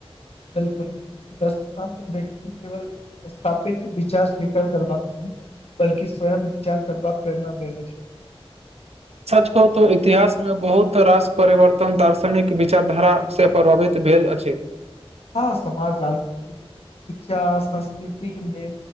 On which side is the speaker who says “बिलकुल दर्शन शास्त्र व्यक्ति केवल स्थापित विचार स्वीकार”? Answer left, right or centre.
Left